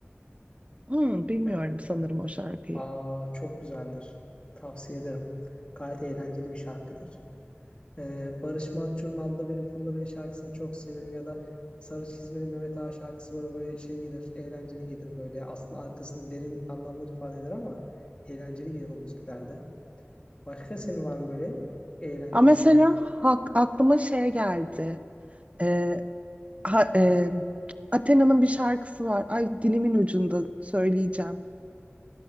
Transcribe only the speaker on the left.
Ee,
aa, çok güzeldir. Tavsiye ederim. Gayet eğlenceli bir şarkıdır. Ee, Barış Manço'nun Alda Beni Pulla Beni şarkısını çok severim ya da Sarı Çizmeli Mehmet Ağa şarkısı böyle, böyle şey gelir, eğlenceli gelir böyle. Aslında arkasında derin anlamlar ifade eder ama eğlenceli gelir o müziklerde. Başka senin var mı böyle eğlenceli
şarkı?